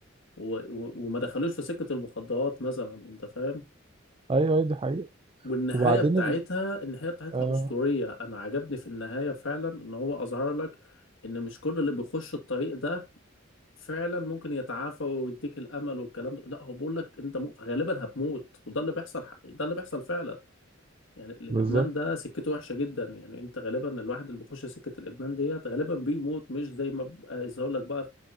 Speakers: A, on the left; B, on the right.
A: و... و... وما دخلوش في سكة المخدرات مثلا انت فاهم
B: ايوه أيوة، دي حقيقة
A: والنهاية
B: وبعدين
A: بتاعتها
B: ال...
A: النهاية بتاعتها
B: آه.
A: أسطورية انا عجبني في النهاية فعلا ان هو اظهر لك ان مش كل اللي بيخش الطريق ده فعلا ممكن يتعافى ويديك الامل والكلام ده لا هو بيقول لك انت م... غالبا هتموت وده اللي بيحصل ح- ده اللي بيحصل فعلا يعني الادمان
B: بالظبط
A: ده سكته وحشه جدا يعني انت غالبا الواحد اللي بيخش سكه الادمان ديت غالبا بيموت مش زي ما بقى يظهر لك بقى